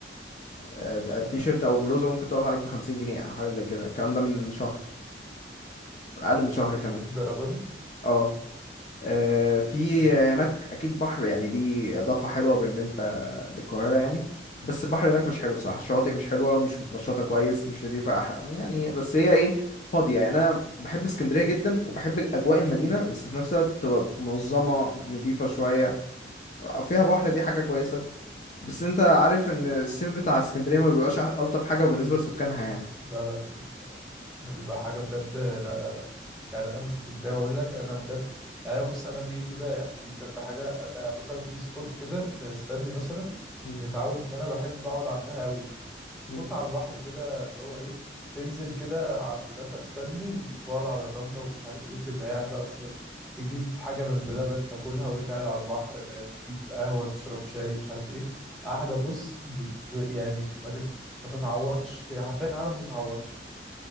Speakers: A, on the left (about 40°); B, in the centre.
A: آه، ده
B: آه.
A: تيشيرت او بلوزه ممكن تقف عليك بخمسين جنيه او حاجه زي كده الكلام ده من شهر اقل من شهر كمان
B: الدرجة دي
A: اه آه، في
B: آه.
A: هناك اكيد بحر يعني دي اضافه حلوه بالنسبه للقاهره يعني بس البحر هناك مش حلو بصراحه الشواطئ مش حلوه ومش متنشطه كويس مش نضيفه أح... يعني بس هي ايه فاضيه يعني انا بحب اسكندريه جدا وبحب اجواء المدينه بس في نفس الوقت تبقى منظمه نضيفه شويه فيها بحر دي حاجه كويسه بس انت عارف ان الصيف بتاع اسكندريه ما بيبقاش الطف حاجه وبالنسبه لسكانها يعني
B: لا لا ده بيبقى ده بيبقى حاجة بجد لا لا يعني أنا من اسكندرية وأقول لك أنا بجد يعني أنا بص أنا في كده يعني دي بجد حاجة أنا مثلا في سبوت كده في ستانلي مثلا
A: مم.
B: متعود إن أنا بحب أقعد عندها أوي سبوت
A: مم.
B: على البحر كده اللي هو ايه تنزل كده عند لافا ستانلي وتقعد على الرمله ومش عارف ايه وتبقى قاعد بقى مثلا تجيب حاجه من بلبن تاكلها وانت قاعد على البحر آه، تجيب قهوه تشرب شاي مش عارف ايه قاعده بص ب... ب... يعني ما تت... ما تتعوضش هي حرفيا قاعده ما تتعوضش